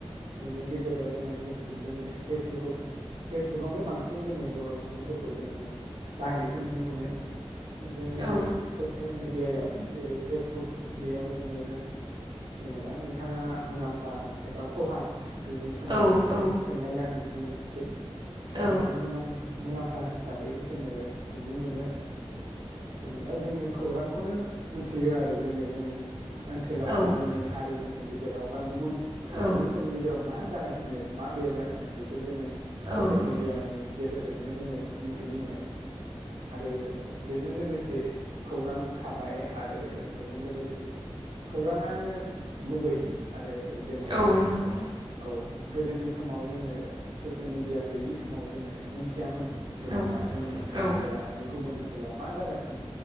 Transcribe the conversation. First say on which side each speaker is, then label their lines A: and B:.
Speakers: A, on the right; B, on the right.
A: बेनि गेजेराव जोङो फेसबुकजोंनो फेसबुक फेसबुकआवनो बांसिन जोङो बर' सुबुंफोरखौ जोङो बाहायनायखौ नुनो मोनो। जोङो
B: औ
A: ससियेल मिड मिडियायाव जेरै फेसबुक बेयाव जोङो जेनेबा नोंथाङा मुलाम्फा एबा खहा बेनि सोमोन्दै
B: औ
A: एसे
B: औ
A: सोंनायलाय आं बुंनो सै।
B: औ
A: एबा मुलाम्फ मुलाम्फा एसे हिसाबै जोङो नुनो मोनो जेनेबा जोङो खौरांखौनो मिथियो आरो जोङो जोंनि ओनसोलाव
B: औ
A: बा जोंनि हारिफोरनि गेजे जेराव बा गुबुन
B: औ
A: सुबुंफोरनि गेजेराव मा जागासिनो मा बेरगासिनो बेखौ जोङो ससियेल
B: औ
A: मेडियानि गेजेरजोंनो जोङो मिथिनो मोनो आरो बेजों लोगोसे खौरां थाबाय आरो बेजों लोगोसे खौराङानो गुबै आरो जेनेब बा
B: औ नंगौ
A: औ गोदोनि समाव जोङो ससियेल मिडिया गैयि समाव जोङो मोनथियामोन। जेनेबा
B: औ
A: जोंनि ओनसोलनिफ्राय
B: औ
A: लानानै गुबुन ओनसोलाव मा जागासिनो।